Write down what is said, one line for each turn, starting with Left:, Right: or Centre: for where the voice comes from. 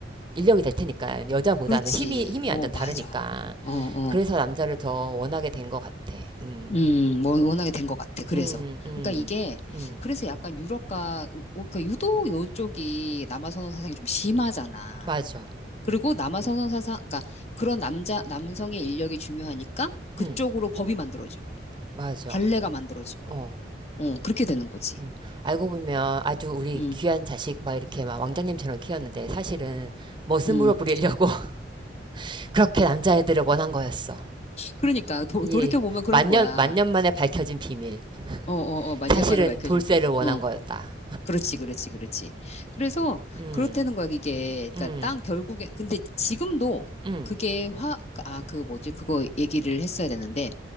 Right: 인력이 될 테니까 여자보다는
Left: 그렇지.
Right: 힘이 힘이
Left: 어,
Right: 완전
Left: 맞아.
Right: 다르니까
Left: 어, 어.
Right: 그래서 남자를 더 원하게 된 것 같아. 음,
Left: 음, 뭐, 워낙에 된 것 같아. 그래서.
Right: 음, 음,
Left: 그러니까 이게,
Right: 음,
Left: 그래서 약간 유럽과, 우- 우- 그러니까 유독 요쪽이 남아선호 사상이 좀 심하잖아.
Right: 맞아.
Left: 그리고 남아선호 사상, 그러니까 그런 남자, 남성의 인력이 중요하니까 그쪽으로
Right: 음,
Left: 법이 만들어지고,
Right: 맞아.
Left: 관례가 만들어지고,
Right: 어.
Left: 어, 그렇게 되는 거지.
Right: 음. 알고 보면 아주 우리
Left: 음,
Right: 귀한 자식 막 이렇게 막 왕자님처럼 키웠는데 사실은 머슴으로
Left: 음.
Right: 부리려고 <laughs> 그렇게 남자애들을 원한 거였어.
Left: 그러니까 도,
Right: 이
Left: 돌이켜보면 그런
Right: 만년
Left: 거야.
Right: 만년 만에 밝혀진 비밀.
Left: 어, 어, 어, 만년
Right: 사실은
Left: 만에 밝혀진
Right: 돌쇠를
Left: 비밀.
Right: 원한
Left: 어,
Right: 거였다.
Left: 그렇지, 그렇지, 그렇지. 그래서
Right: 음,
Left: 그렇다는 거야, 이게.
Right: 음.
Left: 그러니까 땅 결국에 근데 지금도
Right: 응,
Left: 그게 화, 아, 그 뭐지? 그거 얘기를 했어야 되는데